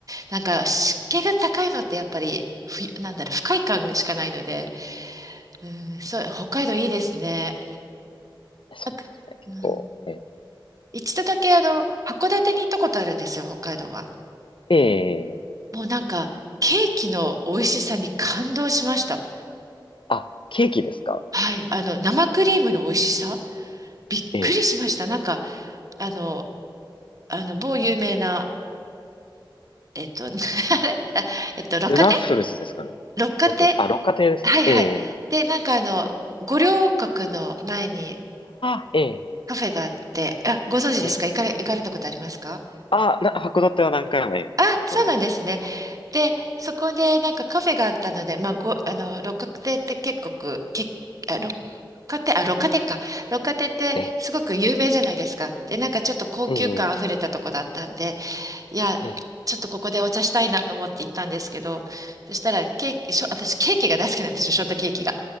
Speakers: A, on the right (about 45°); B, on the left (about 80°).
A: なんか湿気が高いのってやっぱり、ふ、なんだろう、不快感しかないので、うん、そう、北海道いいですね。
B: そうですね。
A: なんかうん、
B: 結構、え
A: 一度だけあの、函館に行ったことあるんですよ、北海道は。
B: えええ
A: もうなんか、ケーキの美味しさに感動しました。
B: あ、ケーキですか
A: はい、あの、生クリームの美味しさ、びっくりしました。
B: ええ
A: なんか、あの、あの、某有名な、えっと、<laughs> あ
B: ああ、
A: れあえっと、六花亭
B: スナッフルズですかね。
A: 六花亭。
B: どこですかあ、六花亭ですかええ
A: はいはい。で、なんかあの、五稜郭の前に
B: ああ、ええ
A: カフェがあって、あ、ご存知ですか行かれ、
B: ええ
A: 行かれたことありますか
B: ああ、な、函館は何回も、ええ行っております。
A: あ、そうなんですね。で、そこでなんかカフェがあったので、まあ、ご、あの、六花亭って結構く、け、あ、六花亭、あ、六花亭か。六花亭ってすごく有名じゃないですか。
B: あ、ええ
A: で、なんかちょっと高級感あふれたとこだったんで、
B: ええ
A: いや、
B: ええ
A: ちょっとここでお茶したいなと思って行ったんですけど、そしたらケーキ、しょ、私ケーキが大好きなんですよ、ショートケーキが。